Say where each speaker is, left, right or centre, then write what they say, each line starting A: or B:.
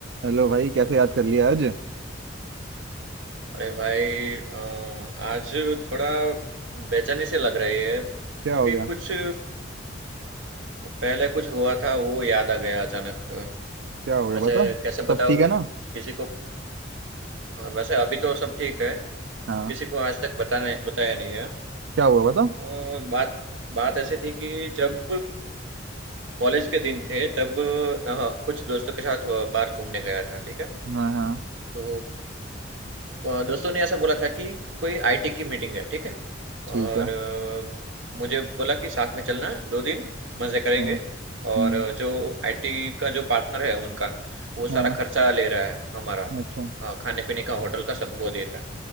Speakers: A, on the right; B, on the right.
A: Hello भाई कैसे याद कर लिया आज
B: अरे भाई अ, आज थोड़ा बेचैनी से लग रही है क्योंकि
A: क्या हो गया
B: कुछ पहले कुछ हुआ था वो याद आ गया अचानक
A: क्या हो गया
B: वैसे
A: बता
B: कैसे
A: सब
B: बताऊँ
A: ठीक है ना
B: किसी को हाँ, वैसे अभी तो सब ठीक है
A: हाँ
B: किसी को आज तक बताने बताया नहीं है
A: क्या हुआ
B: अ,
A: बता
B: बात बात ऐसी थी कि जब कॉलेज के दिन थे तब अ, कुछ दोस्तों के साथ बाहर घूमने गया था ठीक है
A: हाँ हाँ
B: तो अ, दोस्तों ने ऐसा बोला था कि कोई आईटी की मीटिंग है ठीक है
A: ठीक
B: और
A: है
B: अ, मुझे बोला कि साथ में चलना दो दिन मजे करेंगे
A: हाँ
B: और
A: हम्म
B: अ, जो आईटी का जो पार्टनर है उनका वो
A: हाँ
B: सारा खर्चा ले रहा है हमारा
A: अच्छा
B: अ, खाने पीने का होटल का सब वो दे रहा है